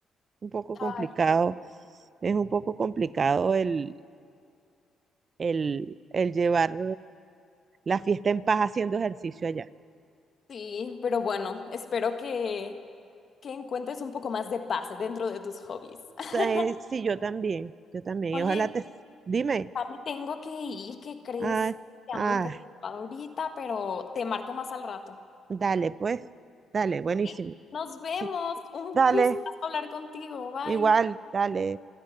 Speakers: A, on the right (about 45°); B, on the left (about 45°).
A: un poco complicado,
B: Ay, no.
A: es un poco complicado el, el, el llevar la fiesta en paz haciendo ejercicio allá.
B: Sí, pero bueno, espero que, que encuentres un poco más de paz dentro de tus hobbies. <laughs>
A: Entonces, sí, yo también, yo también,
B: Oye,
A: y ojalá te, dime,
B: Ya me tengo que ir, ¿qué crees?
A: ay,
B: Que
A: ay.
B: ando un poco ocupada ahorita, pero te marco más al rato.
A: Dale, pues, dale, buenísimo.
B: ¿Sí? Nos vemos.
A: Sí,
B: Un
A: dale,
B: gusto hablar contigo. Bye.
A: igual, dale.